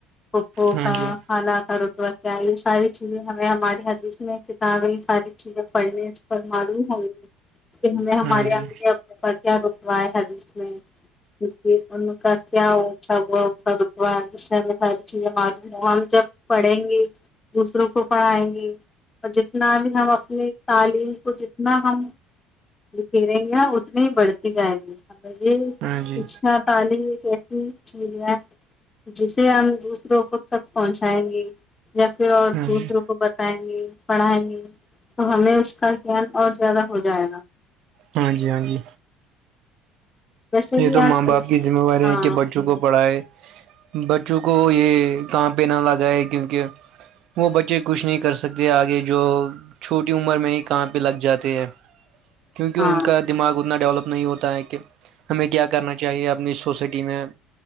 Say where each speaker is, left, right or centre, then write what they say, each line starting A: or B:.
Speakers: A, on the left (about 25°); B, on the right (about 55°).
A: پھوپھو
B: ہاں
A: کا
B: جی
A: خالا کا رتبہ کیا ہے یہ ساری چیزیں ہمیں ہماری حدیث میں کتابیں یہ ساری چیزیں پڑھنے اس پر معلوم ہوں کہ ہمیں ہمارے
B: ہاں جی
A: امی ابو کا کیا رتبہ ہے حدیث میں کیہ ان کا کیا اونچھا ہوا ان کا رتبہ جس سے ہمیں ساری چیزیں معلوم ہوں ہم جب پڑھیں گے دوسروں کو پڑھائیں گے اور جتنا بھی ہم اپنی تعلیم کو جتنا ہم لکھی رہیں گے اتنی ہی بڑھتی جائے گی یہ
B: ہاں جی
A: اچھا تعلیم یہ کیسی چیز ہے جسے ہم دوسروں کو تک پہنچائیں گے یا پھر اور
B: ہاں
A: دوسروں
B: جی
A: کو بتائیں گے پڑھائیں گے تو ہمیں اس کا گیان اور زیادہ ہو جائے گا
B: ہاں جی ہاں جی
A: ویسے
B: یہ
A: بھی
B: تو
A: آج
B: ماں باپ کی ذمہ واری
A: ہاں
B: ہے کہ بچوں کو پڑھائے بچوں کو یہ کام پہ نہ لگا ہے کیونکہ وہ بچے کچھ نہیں کر سکتے آگے جو چھوٹی عمر میں ہی کام پہ لگ جاتے ہیں کیونکہ
A: ہاں
B: ان کا دماغ اتنا ڈیولپ نہیں ہوتا ہے کہ ہمیں کیا کرنا چاہیے اپنی سوسائٹی میں